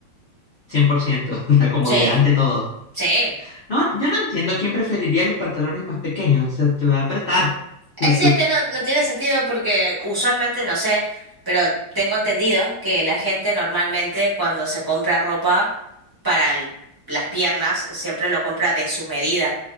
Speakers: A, on the left; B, on the right.
A: 100%, <laughs> la comodidad
B: Sí,
A: ante todo.
B: sí.
A: No, yo no entiendo a quién preferiría los pantalones más pequeños. O sea, te va a apretar. <laughs>
B: Eh, sí, es que no, no tiene sentido porque usualmente, no sé, pero tengo entendido que la gente normalmente cuando se compra ropa para el- las piernas siempre lo compra de su medida.